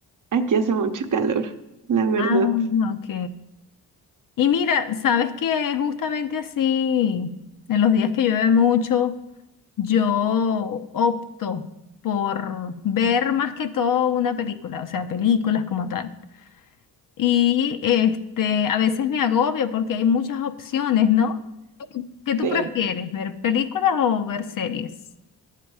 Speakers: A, on the right; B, on the left.
A: aquí hace mucho calor, la verdad.
B: Ah, ok. Y mira, sabes que justamente así, en los días que llueve mucho, yo opto por ver más que todo una película, o sea, películas como tal. Y este, a veces me agobio porque hay muchas opciones, ¿no? ¿Qué tú
A: Sí,
B: prefieres, ver películas o ver series?